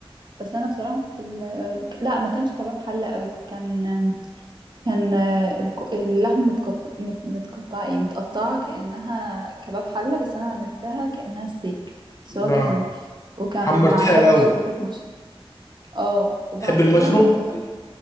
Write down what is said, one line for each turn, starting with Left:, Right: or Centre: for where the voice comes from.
Right: بس انا بصراحة في ال... لا ما كانش كباب حلة قوي كان كان الك- اللحم متقطع متقطع ايه متقطعة كأنها كباب حلة بس انا عملتها كأنها ستيك بس هو
Left: اه
Right: كان وكان
Left: حمرتيها
Right: معاه
Left: الأول
Right: شوربة مشروب اه وبعد
Left: تحب المشروم
Right: كده مح- حط